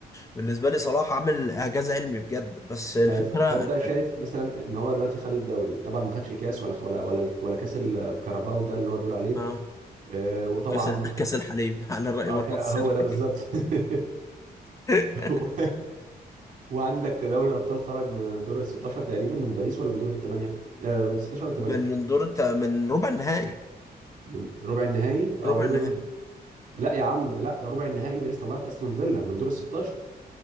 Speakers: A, on the left; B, on the right.
A: فبالنسبه لي صلاح عامل اعجاز علمي بجد بس الفكره
B: طيب فانت شايف مثلا ان هو دلوقتي خد الدوري طبعا ما خدش الكاس ولا ولا ولا ولا كاس الكاراباو ده اللي هو بيقولوا عليه
A: اه
B: آه، وطبعا
A: كاس ال- كاس الحليب <laughs> على راي
B: اه
A: مرات
B: ك- هو
A: السري
B: ده بالظبط <laughs>
A: <laughs>
B: هو- وعندك دوري الابطال خرج من دور ال 16 تقريبا من باريس ولا من دور الثمانيه آه من 16 ولا 8
A: من دور الت- من ربع النهائي
B: من ربع النهائي اه
A: ربع
B: دور
A: النهائي
B: لا يا عم لا ربع النهائي باريس طلعت استون فيلا من دور ال 16